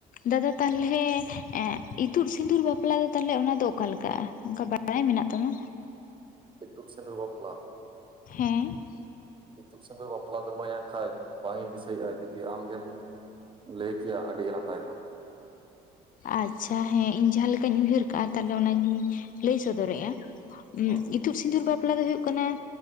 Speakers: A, on the left; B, on the right.
A: ᱫᱟᱫᱟ ᱛᱟᱦᱞᱮ, ᱮᱸᱜ ᱤᱛᱩᱫ ᱥᱤᱸᱫᱩᱨ ᱵᱟᱯᱞᱟ ᱫᱚ ᱛᱟᱞᱦᱮ ᱚᱱᱟ ᱫᱚ ᱚᱠᱟ ᱞᱮᱠᱟᱜ-ᱟ <unintelligible> ᱵᱟᱲᱟᱭ ᱢᱮᱱᱟᱜ ᱛᱟᱢᱟ?
B: ᱤᱛᱩᱫ ᱥᱤᱸᱫᱩᱨ ᱵᱟᱯᱞᱟ
A: ᱦᱮᱸ ᱾
B: ᱤᱛᱩᱫ ᱥᱤᱸᱫᱩᱨ ᱵᱟᱯᱞᱟ ᱫᱚ ᱢᱟᱹᱭ ᱮᱱ ᱠᱷᱟᱡ, ᱵᱟᱝ ᱤᱧ ᱫᱤᱥᱟᱹᱭᱮᱫᱼᱟ ᱡᱩᱫᱤ ᱟᱢᱜᱮᱢ ᱞᱟᱹᱭ ᱠᱮᱭᱟ ᱟᱹᱰᱤ ᱜᱮ ᱱᱟᱯᱟᱭᱚᱜ-ᱟ ᱾
A: ᱟᱪᱪᱷᱟ ᱦᱮᱸ ᱤᱧ ᱡᱟᱦᱟᱸ ᱞᱮᱠᱟᱧ ᱩᱭᱦᱟᱹᱨ ᱠᱟᱜᱼᱟ ᱛᱟᱦᱞᱮ ᱚᱱᱟᱜᱮᱧ ᱞᱟᱹᱭ ᱥᱚᱫᱚᱨᱮᱜᱼᱟ ᱾ ᱩᱸ
B: ᱦᱩᱸ
A: ᱤᱛᱩᱫ ᱥᱤᱸᱫᱩᱨ ᱵᱟᱯᱞᱟ ᱫᱚ ᱦᱩᱭᱩᱜ ᱠᱟᱱᱟ